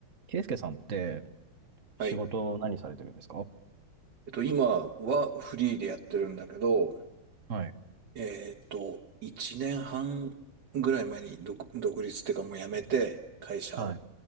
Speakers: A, on the right; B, on the right.
A: ケイスケさんって
B: はい。
A: 仕事何されてるんですか
B: えっと、今はフリーでやってるんだけど、
A: はい。
B: えっと、1年半ぐらい前に独、独立っていうかもう辞めて、会社を。
A: はい。